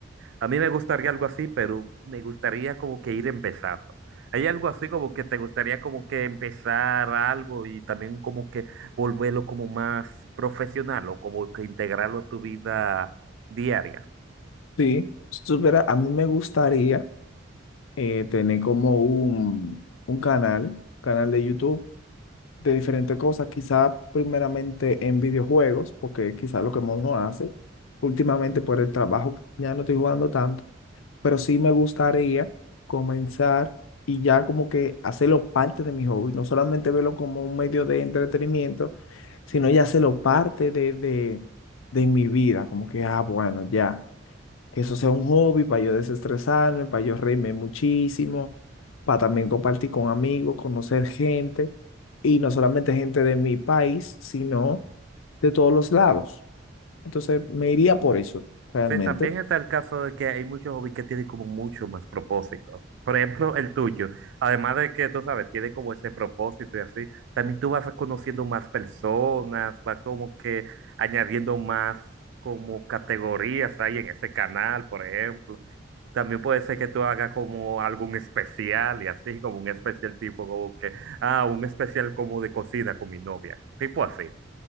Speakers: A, on the right; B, on the left.
A: A mí me gustaría algo así, pero me gustaría como que ir empezando. ¿Hay algo así como que te gustaría como que empezar algo y también como que volverlo como más profesional o como que integrarlo a tu vida diaria?
B: Sí, si supiera, a mí me gustaría eh, tener como un, un canal, canal de YouTube de diferentes cosas, quizá primeramente en videojuegos, porque quizá lo que más uno hace últimamente por el trabajo, ya no estoy jugando tanto, pero sí me gustaría comenzar y ya como que hacerlo parte de mi hobby, no solamente verlo como un medio de entretenimiento, sino ya hacerlo parte de, de, de mi vida, como que, ah, bueno, ya que eso sea un hobby para yo desestresarme, para yo reírme muchísimo, para también compartir con amigos, conocer gente, y no solamente gente de mi país, sino de todos los lados. Entonces me iría por eso, realmente.
A: Sí, también está el caso de que hay muchos hobbies que tienen como mucho más propósito. Por ejemplo, el tuyo. Además de que, tú sabes, tiene como ese propósito y así, también tú vas conociendo más personas, vas como que añadiendo más como categorías ahí en ese canal, por ejemplo. También puede ser que tú hagas como algún especial y así, como un especial tipo como que, ah, un especial como de cocina con mi novia, tipo así.